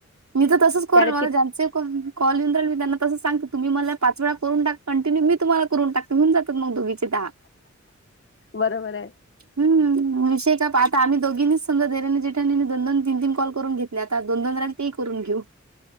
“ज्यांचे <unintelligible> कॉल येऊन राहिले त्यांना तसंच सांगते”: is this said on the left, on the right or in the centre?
Right